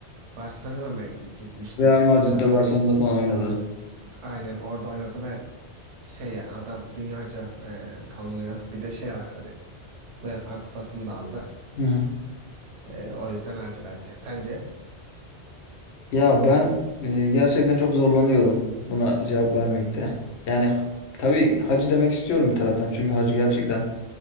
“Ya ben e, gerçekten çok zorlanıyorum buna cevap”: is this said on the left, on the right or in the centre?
Left